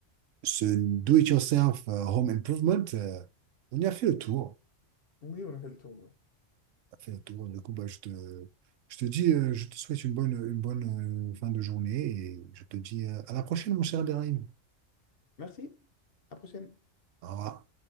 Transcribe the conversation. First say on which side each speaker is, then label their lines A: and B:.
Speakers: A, on the right (about 80°); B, on the left (about 55°).
A: ce do-it-yourself euh, home improvement, euh, on y a fait le tour.
B: Oui, on a fait le tour. ouais.
A: On a fait le tour. Du coup, bah, je te, je te dis, euh, je te souhaite une bonne, une bonne euh, fin de journée et je te dis euh, à la prochaine, mon cher Abderrahim.
B: Merci. À la prochaine.
A: Au revoir.